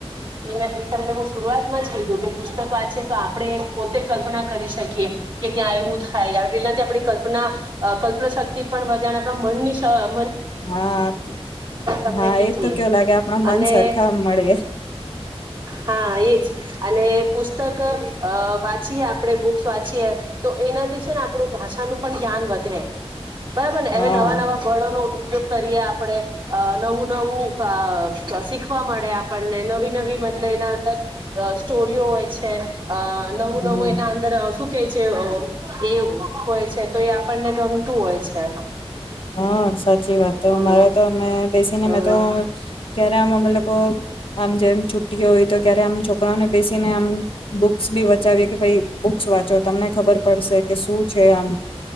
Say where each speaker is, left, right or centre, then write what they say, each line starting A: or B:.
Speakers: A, on the right; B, on the left.
A: એ એ તમને હું શરૂઆતમાં જ કીધું કે પુસ્તક વાંચી તો આપણે પોતે કલ્પના કરી શકીએ. કે ત્યાં એવું થાય એનાથી આપણે કલ્પના કલ્પનાશતિ તિ પણ વધ આપ મનની શક્તિ તો
B: હા
A: તમને
B: હા
A: કીધી
B: એજ તો કેવું લાગે આપણા મન
A: અને
B: સરખા મળે
A: હા એજ અને પુસ્તક વાંચીએ આપણે બુક્સ વાંચીએ તો એનાથી છે ને આપણું ભાષાનું પણ જ્ઞાન વધે બરાબર ને હવે
B: હા
A: નવા નવા વળો નો ઉપયોગ કરીએ આપણે નવું નવું શીખવા મળે આપણને નવી નવી મતલબ એના અંદર સ્ટોરીઓ હોય છે અ નવું
B: હમ
A: નવું એના અંદર શું શ કે છે એ હોય છે તો એ આપણને ગમતું હોય છે.
B: હા સાચી વાત તો
A: હમ
B: મારે તો અમે બેસીને
A: હમ
B: મેં તો ક્યારે આમ અમે લોકો આમ જેમ છુ્ટીઓ હોય તો ક્યારે આમ છોકરાઓને બેસીને આમ બુક્સ બી બચાવીએ કે ભાઈ બુક્સ વાંચો તમને ખબર પડશે કે શું છેમ